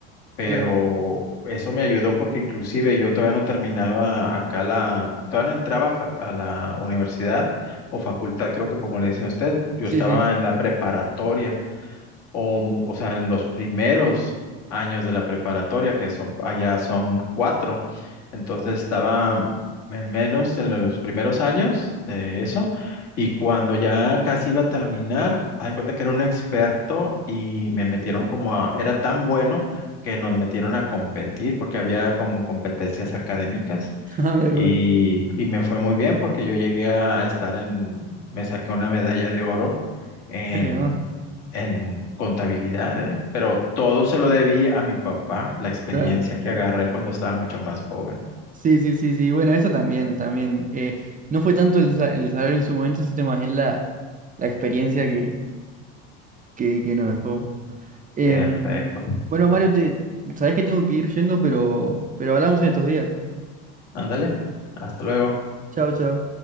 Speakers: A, on the left; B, on the right.
A: pero
B: Claro.
A: eso me ayudó porque inclusive yo todavía no terminaba acá la, todavía no entraba a fac- a la universidad o facultad, creo que como le dicen a usted, yo
B: Sí,
A: estaba
B: sí.
A: en la preparatoria o, mu- o sea, en los primeros años de la preparatoria, que son allá son cuatro. Entonces estaba mm, en menos en los primeros años de eso, y cuando ya casi iba a terminar, haz de cuenta que era un experto y me metieron como a, era tan bueno que nos metieron a competir porque había como competencias académicas
B: <laughs> Ah, mira qué
A: y,
B: bueno.
A: y me fue muy bien porque yo llegué a estar en, me saqué una medalla de oro en,
B: Ah, qué más.
A: en contabilidad, ¿eh? Pero todo se lo debí a mi papá, la experiencia
B: Claro.
A: que agarré cuando estaba mucho más joven.
B: Sí, sí, sí, sí. Bueno, eso también, también. eh, no fue tanto el, sa- el salario en su momento, sino más bien la, la experiencia que, que, que nos dejó. Em,
A: Perfecto.
B: bueno, Mario, te, sabes que tengo que ir yendo, pero, pero hablamos en estos días.
A: Ándale. Hasta luego.
B: Chao, chao.